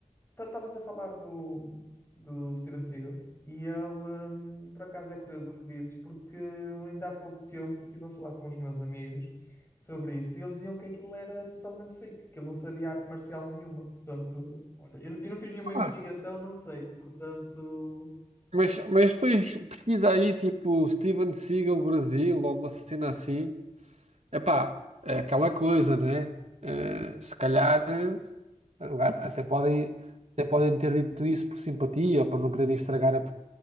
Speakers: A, on the left (about 20°); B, on the right (about 65°).
A: Então, Estavas a falar do, do Steven Seagal e ele, hum, por acaso, é curioso o que dizes, porque ainda há pouco tempo estive a falar com os meus amigos sobre isso e eles diziam que aquilo era totalmente fake, que ele não sabia arte marcial nenhuma. Portanto, olha, eu, eu não fiz nenhuma
B: ah,
A: investigação, não sei. Portanto,
B: mas, mas depois pesquisa aí tipo Steven Seagal Brasil ou uma cena assim. Epá, é aquela coisa, né? Eh, se calhar eh, agora até podem, até podem ter dito isso por simpatia ou para não quererem estragar a